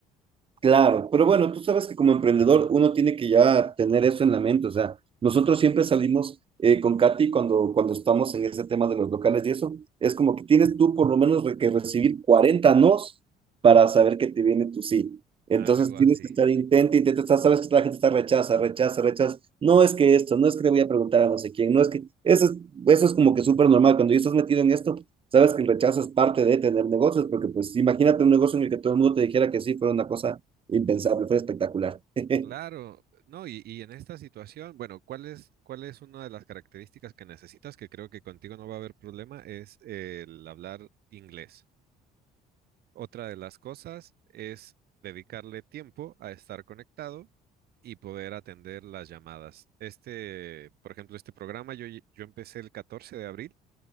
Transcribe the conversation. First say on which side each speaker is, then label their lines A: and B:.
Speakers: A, on the right (about 30°); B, on the right (about 65°).
A: Claro, pero bueno, tú sabes que como emprendedor uno tiene que ya tener eso en la mente, o sea, nosotros siempre salimos eh, con Katy cuando, cuando estamos en ese tema de los locales y eso, es como que tienes tú por lo menos re- que recibir 40 nos para saber que te viene tu sí. Entonces
B: Algo
A: tienes
B: así.
A: que estar intenta, intenta, estás- sabes que la gente está rechaza, rechaza, rechaza, no es que esto, no es que le voy a preguntar a no sé quién, no es que, eso es, eso es como que súper normal, cuando ya estás metido en esto, sabes que el rechazo es parte de tener negocios, porque pues imagínate un negocio en el que todo el mundo te dijera que sí, fuera una cosa Impensable, fue espectacular. <laughs>
B: Claro, no, y, y en esta situación, bueno, ¿cuál es, cuál es una de las características que necesitas? Que creo que contigo no va a haber problema, es el hablar inglés. Otra de las cosas es dedicarle tiempo a estar conectado y poder atender las llamadas. Este, por ejemplo, este programa yo, ye- yo empecé el 14 de abril